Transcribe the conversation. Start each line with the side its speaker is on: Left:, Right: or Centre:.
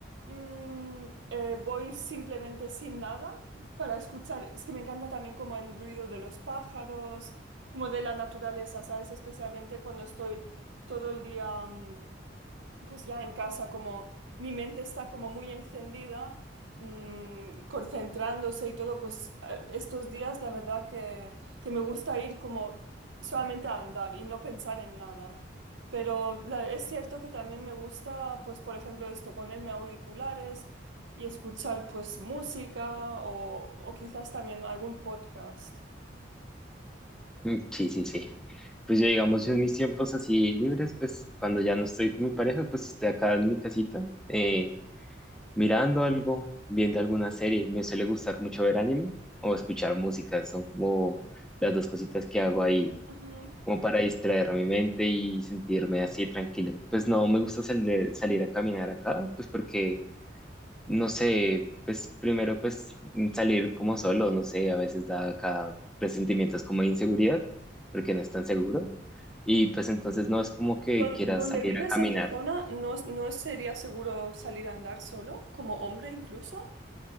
Right: mm, eh, voy simplemente sin nada para escuchar. Es que me encanta también como el ruido de los pájaros, como de la naturaleza, ¿sabes? Especialmente cuando estoy todo el día mm, pues ya en casa, como mi mente está como muy encendida, mm, concentrándose y todo, pues eh, estos días la verdad que, que me gusta ir como solamente a andar y no pensar en nada. Pero la- es cierto que también me gusta, pues por ejemplo esto, ponerme auriculares y escuchar pues música o, o quizás también algún podcast.
Centre: Mm, Sí, sí, sí. Pues yo, digamos, en mis tiempos así libres, pues cuando ya no estoy con mi pareja, pues estoy acá en mi casita, eh, mirando algo, viendo alguna serie. Me suele gustar mucho ver anime o escuchar música. Son como las dos cositas que hago ahí
Right: Ujú.
Centre: como para distraer mi mente y sentirme así tranquilo. Pues no me gusta salir, salir a caminar acá, pues porque, no sé, pues primero pues mm, salir como solo, no sé, a veces da acá presentimientos como de inseguridad, porque no es tan seguro. Y pues entonces no es como que
Right: Don-
Centre: quieras
Right: ¿Donde
Centre: salir
Right: vives
Centre: a caminar.
Right: en tu zona no, no sería seguro salir a andar solo, como hombre incluso?